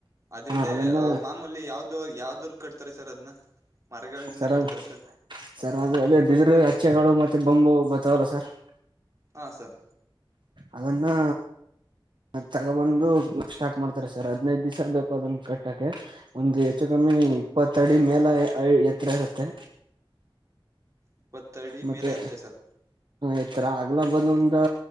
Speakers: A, on the right; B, on the right.
A: ಅದ್ರಿಂದ
B: ಹ ಅದನ್ನ
A: ಮಾಮೂಲಿ ಯಾವ್ದ ಯಾವ್ದ್ ಕಟ್ತಾರೆ ಸರ್ ಅದನ್ನ ಮರಗಳಿಂದ
B: ಸರ
A: ಕಟ್ತಾರೆ ಸರ್
B: ಸರಾಗ ಅದೇ ಬಿದರು ಚ್ಚೆಗಳು ಮತ್ತೆ ಬೊಂಬು ಬ್ ತ್ತಲ ಸರ್
A: ಹಾಂ ಸರ್
B: ಅದನ್ನಾ ತಗಬಂದುು ಸ್ಟಾರ್ಟ್ ಮಾಡ್ತಾರೆ ಸರ್ ಹದ್ನೈದು ದಿವ್ಸ ಬೇಕ ಅದನ್ನ ಕಟ್ಟಕ್ಕೆೆ ಒಂದು್ ಹೆಚ್ಚು ಕಮ್ಮಿ ಇಪ್ಪತ್ತಡಿ
A: ಹಾಂ ಸರ್
B: ಮೇಲೆ ಎ ಹತ್ರ ಇರುತ್ತೆ
A: ಇಪ್ಪತ್ತಡಿ
B: ಮತ್ತೆ
A: ಮೇಲೆ ಇರುತ್ತೆ ಸರ್
B: ಈತ್ರರ ಆಗ್ಲ
A: ಹಾಂ
B: ಬಂದಂದ